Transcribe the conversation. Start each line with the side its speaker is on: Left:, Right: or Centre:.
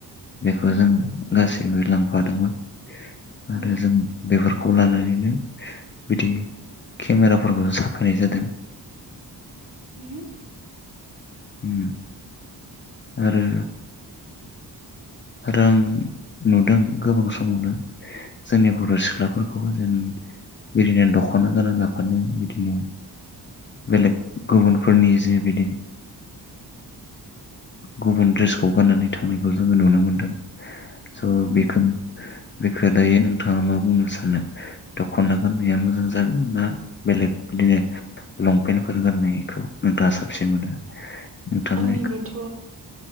Left: बेखौ
Right: उम
Left: जों गासैबो लांफादोंमोन
Right: उम
Left: आरो जों बेफोरखौ लानानैनो बिदि केमेराफोरखौ जों साफायनाय जादों
Right: उम
Left: उम आरो आरो आं नुदों गोबां समावनो जोंनि बर' सिख्लाफोरखौबो जेन बिदिनो दखना गाना लाफानो बिदिनो बेलेग गुबुनफोरनि जे बिदि गुबुन ड्रेसखौ गाननानै थांनायखौ जोङो नुनो मोनदों स
Right: औ
Left: बेखोन बेखौ दायो नोंथाङा मा बुंनो सानो दखना गाननाया मोजां जागोन ना बेलेग बिदिनो लंपेन्टफोर गान्नायखौ नोंथाङा साबसिन मोनो नोंथाङा
Right: आंनिबाथ